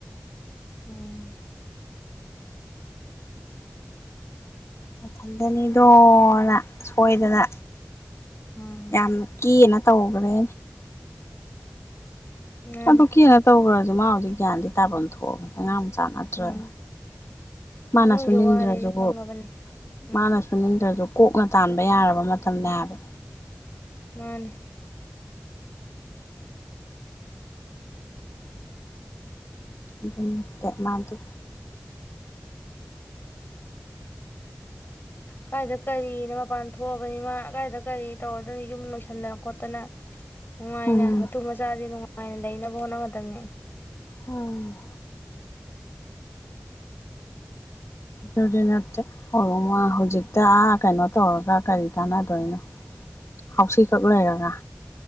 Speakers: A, on the left; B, on the left.
A: ꯎꯝ
B: ꯃꯊꯟꯗꯅꯤꯗꯣꯅ ꯁꯣꯏꯗꯅ
A: ꯎꯝ
B: ꯌꯥꯝ ꯀꯩꯅ ꯇꯧꯈ꯭ꯔꯦ
A: ꯃꯥꯅꯦ
B: ꯑꯗꯨ ꯀꯦꯅ ꯇꯧꯒ꯭ꯔ ꯖꯨ ꯃꯥ ꯍꯧꯖꯤꯛ ꯒ꯭ꯌꯥꯟꯗꯤ ꯇꯥꯕꯝ ꯊꯣꯛꯑꯕꯅꯤ ꯑꯉꯥꯡꯁ ꯃꯥꯆꯥ ꯅꯠꯇ꯭ꯔꯒꯥ
A: ꯎꯝ
B: ꯃꯥꯅ
A: ꯏꯃꯨꯡꯁꯨ
B: ꯁꯨꯅꯤꯡꯗ꯭ꯔꯥꯖꯨꯀꫭ
A: ꯋꯥꯔꯦꯁꯦ ꯈꯪꯉꯕꯅꯤ ꯎꯝ
B: ꯃꯥꯅꯁꯨꯅꯤꯡꯗ꯭ꯔꯥꯖꯨ ꯀꯣꯛꯅ ꯇꯥꯟꯕ ꯌꯥꯔꯕ ꯃꯇꯝꯅꯦ ꯍꯥꯏꯕ
A: ꯃꯥꯅꯦ
B: ꯑꯗꯨꯅꯠꯇꯦ ꯃꯥꯗꯤ
A: ꯀꯥꯏꯗ ꯀꯔꯤꯅꯣ ꯃꯄꯥꯟ ꯊꯣꯛꯑꯕꯅꯤ ꯃꯥ ꯀꯥꯏꯗ ꯀꯔꯤ ꯇꯧꯔꯗꯣꯏꯅꯣ ꯌꯨꯝ ꯂꯣꯏꯁꯟꯗꯅ ꯈꯣꯠꯇꯅ ꯅꯨꯡꯉꯥꯏꯅꯦ
B: ꯎꯝ
A: ꯃꯇꯨ ꯃꯆꯥꯖꯦ ꯅꯨꯡꯉꯥꯏ ꯉꯥꯏꯅ ꯂꯩꯅꯕ ꯍꯣꯠꯙꯒꯗꯥꯕꯅꯦ
B: ꯎꯝ ꯑꯗꯨꯗꯤ ꯅꯠꯇꯦ <unintelligible> ꯍꯧꯖꯤꯛꯇꯥ ꯀꯩꯅꯣ ꯇꯧꯔꯒ ꯀꯔꯤ ꯀꯥꯟꯅꯗꯣꯏꯅꯣ ꯍꯥꯎꯁꯤ ꯀꯛ ꯂꯩꯔꯒ